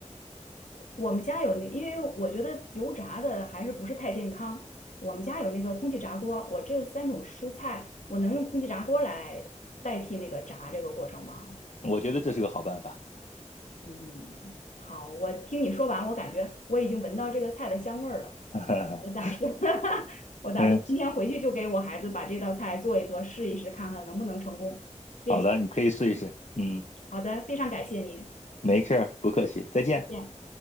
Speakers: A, on the left (about 85°); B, on the left (about 65°).
A: 我们家有那，因为我觉得油炸的还是不是太健康。我们家有那个空气炸锅，我这三种蔬菜，我能用空气炸锅来代替那个炸这个过程吗？
B: 我觉得这是个好办法。
A: 嗯，好，我听你说完，我感觉我已经闻到这个菜的香味儿了。
B: <laughs>
A: 我打算，<laughs> 我打算今天回去就给我孩子把这道菜做一做，
B: 嗯，
A: 试一试，看看能不能成功练习。
B: 好的，你可以试一试。嗯，
A: 好的，非常感谢您，
B: 没事儿，不客气，再见。
A: 再见。